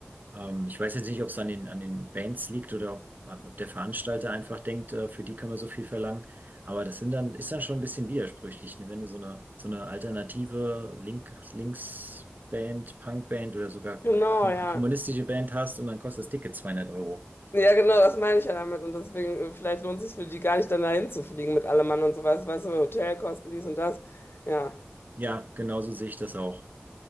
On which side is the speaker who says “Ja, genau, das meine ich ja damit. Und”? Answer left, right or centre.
Left